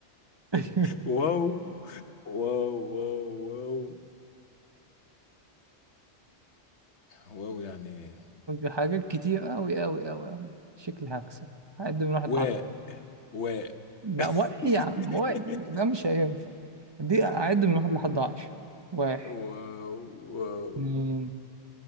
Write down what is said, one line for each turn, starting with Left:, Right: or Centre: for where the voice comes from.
Right: <laughs>
Left: Wow, wow, wow, wow. Wow, <laughs> يعني
Right: حاجات كتير أوي أوي أوي أوي شكلي هكسب هعد من واحد
Left: واء
Right: لحد عشرة
Left: واء
Right: لا واحد
Left: <laughs>
Right: يا عم واحد ده مش هينفع دي أعد من واحد لحد عشرة واحد
Left: واو واو
Right: اتنين